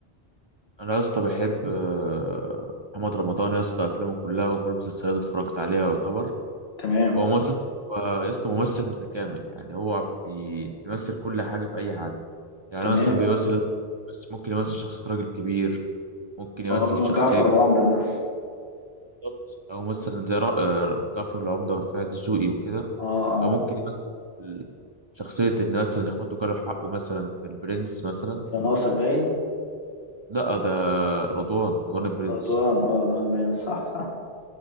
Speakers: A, on the right; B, on the left.
A: انا يا اسطى بحب آه، محمد رمضان يا اسطى افلامه كلها وكل المسلسلات اتفرجت عليها يعتبر
B: تمام
A: هو ممثل هو يا اسطى ممثل متكامل يعني هو بي- بيمثل كل حاجه في اي حاجه يعني
B: تمام
A: مثلا بيمثل بس ممكن يمثل شخصيه راجل كبير ممكن يمثل
B: اه
A: شخصيه
B: جعفر العمدة ده
A: بالظبط او مثلا زي را- آه، جعفر العمده ورفاعي الدسوقي وكده
B: اه اه
A: او ممكن يمثل شخصيه ان مثلا اخواته كانوا حقه مثلا في البرنس مثلا
B: في ناصر باين
A: لا ده رضوان رضوان البرنس
B: رضوان اه رضوان باين صح صح